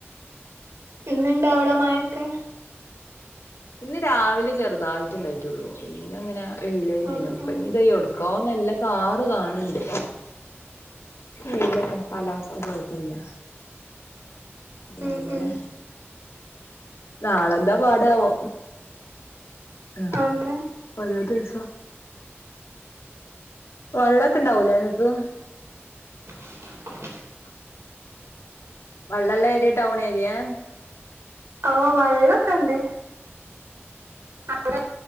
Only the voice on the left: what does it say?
ഇന്ന് രാവിലെ ചെറ്തായിട്ട് ഇണ്ടായിട്ടോള്ളൂ പിന്നെങ്ങനെ വയ്ലേനേനു
ഇപ്പനിദാ
എവ്ട്ക്കോ നല്ല കാറ് കാണണ്ട് വെയ്ലാപ്പോ കാലാവസ്ഥ കൊഴ്പ്പല്ല്യ ന്ന
അങ്ങനെ
നാളെന്താ പാടവോ ആഹ്
പതിനൊന്നീസം വള്ളക്കെ ഇണ്ടാവൂലേ ഇങ്ങക്ക്
വള്ളല്ലേ ഏരിയെ ടൗൺ ഏരിയെ